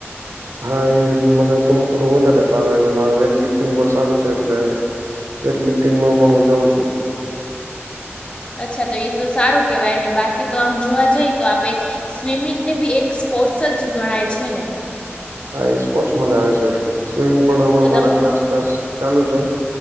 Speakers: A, on the right; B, on the left.
A: હા, ઈ મને સું થોડું વધારે ફાવેને માર વેઇટ લિફ ટિંગ પણ સારું છે, એટલે વેઇટ લિફ્ટિંગમાં પણ હું જઉં છું.
B: અચ્છા, તો ઈ તો સારુ કેવાય ને બાકી તો આમ જોવા જઈ તો આપે સ્વિમિંગ ને બી એક સ્પોર્ટ્સ જ ગણાય છે ને.
A: હા ઈ સ્પોર્ટસમાં જ આવે છે. સ્વિમિંગ પણ અમણાં
B: તો
A: મારા
B: તમ
A: ક્લાસ બસ ચાલુ છે.